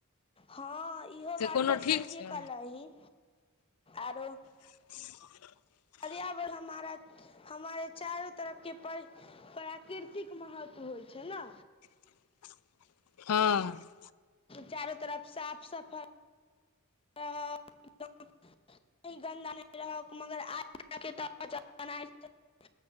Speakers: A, on the left (about 25°); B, on the left (about 85°).
A: हँ इहो
B: से
A: बात
B: कोनो
A: तऽ
B: ठीक
A: सहिए
B: छै
A: कहलही। आरो
B: <unintelligible>
A: पर्यावरण हमारा। हमारे चारो तरफके पर प्राकृतिक महत्व होइ छै न।
B: <unintelligible> ह।
A: चारो तरफ साफ सफा। <unintelligible> <inaudible>